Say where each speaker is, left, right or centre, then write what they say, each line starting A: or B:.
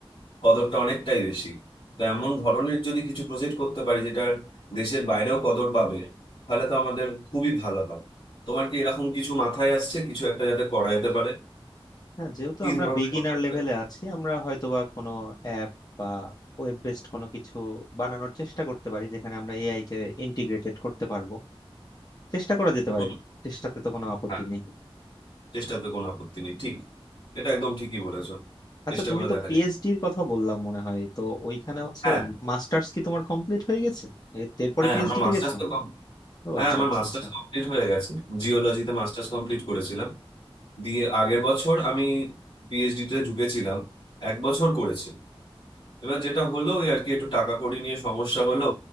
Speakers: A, on the left; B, on the left.
A: কদরটা অনেকটাই বেশি তো এমন ধরনের যদি কিছু প্রজেক্ট করতে পারি যেটা দেশের বাইরেও কদর পাবে তাহলে তো আমাদের খুবই ভালো হয় তোমার কি এরকম কিছু মাথায় আসছে কিছু একটা যাতে করা যেতে পারে
B: হ্যাঁ যেহেতু
A: কি
B: আমরা
A: ধরনের
B: বিগিনার
A: হতে পারে
B: লেভেলে আছি আমরা হয়তোবা কোনো অ্যাপ বা ওয়েব বেসড কোনো কিছু বানানোর চেষ্টা করতে পারি যেখানে আমরা এআই কে ইন্টিগ্রেটেড করতে পারবো চেষ্টা করা যেতে পারে
A: হুম
B: চেষ্টাতে তো কোনো আপত্তি
A: হ্যাঁ
B: নেই
A: চেষ্টাতে কোনো আপত্তি নেই ঠিক এটা একদম ঠিকই বলেছো
B: আচ্ছা
A: চেষ্টা
B: তুমি
A: করে
B: তো
A: দেখা
B: পিএইচডি
A: যায়
B: এর কথা বললাম মনে হয় তো ওইখানে হচ্ছে
A: হ্যাঁ
B: মাস্টার্স কি তোমার কমপ্লিট হয়ে গেছে এর- এরপরে
A: হ্যাঁ
B: পিএইচডি
A: আমার মাস্টার্স
B: তে গেছো
A: তো কম
B: ও
A: হ্যাঁ
B: আচ্ছা
A: আমার
B: আচ্ছা
A: মাস্টার্স
B: আচ্ছা
A: কমপ্লিট হয়ে গেছে জিওলজিতে মাস্টার্স কমপ্লিট করেছিলাম দিয়ে আগের বছর আমি পিএইচডিতে ঢুকেছিলাম এক বছর করেছি এবার যেটা হলো ওই আর কি একটু টাকা কড়ি নিয়ে সমস্যা হলো